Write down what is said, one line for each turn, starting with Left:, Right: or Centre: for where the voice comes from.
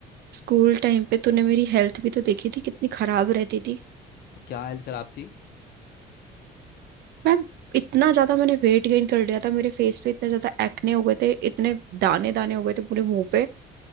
Right: स्कूल टाइम पे तूने मेरी हेल्थ भी तो देखी थी कितनी खराब रहती थी
Left: क्या हेल्थ खराब थी
Right: मैम इतना ज्यादा मैंने वेट गेन कर लिया था मेरे फेस पे इतने ज्यादा एक्ने हो गए थे इतने दाने दाने हो गए थे पूरे मुंह पे